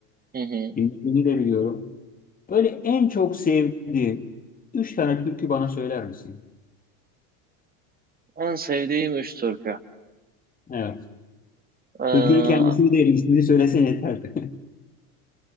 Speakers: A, on the right; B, on the left.
A: Hı hı.
B: dinlediğini de biliyorum. Böyle en çok sevdiğin üç tane türkü bana söyler misin?
A: En sevdiğim üç türkü.
B: Evet.
A: Ee,
B: Türkünün kendisini değil, ismini söylesen yeterdi.